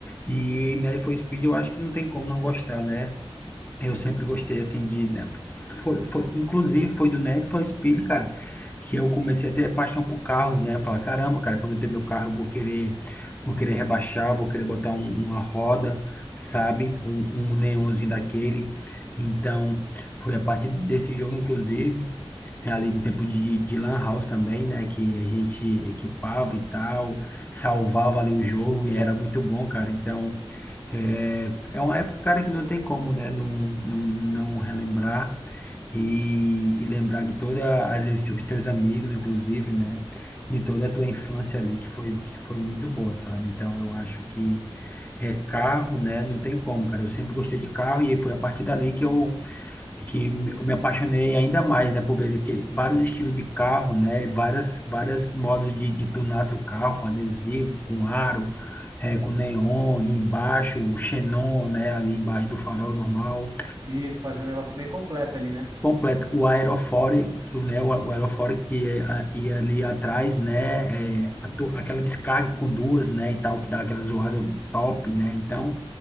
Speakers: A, on the left; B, on the right.
A: E Need for Speed eu acho que não tem como não gostar, né? Eu sempre gostei, assim, de... né, Foi, foi, inclusive, foi do Need for Speed, cara, que eu comecei a ter paixão por carros, né? Falar, caramba, cara, quando eu ter meu carro, eu vou querer, vou querer rebaixar, vou querer botar um- uma roda, sabe? Um, um neonzinho daquele. Então, foi a partir desse jogo, inclusive, ali no tempo de, de Lan House também, né? Que a gente equipava e tal, salvava ali o jogo e era muito bom, cara. Então... É, é uma época, cara, que não tem como, né, não, não, não relembrar e, e lembrar de toda ali os, os teus amigos, inclusive, né, de toda a tua infância ali, que foi, que foi muito boa, sabe? Então, eu acho que é carro, né, não tem como, cara. Eu sempre gostei de carro e foi a partir dali que eu é que eu me apaixonei ainda mais, né, por ver aquele, vários estilos de carro, né, e várias, várias modos de, de tunar seu carro, com adesivo, com aro, eh, com neon, embaixo, o xenon, né, ali embaixo do farol normal,
B: Isso, fazer um negócio bem completo ali, né?
A: completo. O aerofólio, né, o, o aerofólio que é a- ia ali atrás, né, é, a tu- aquela descarga com duas, né, e tal, que dá aquela zoada top, né, então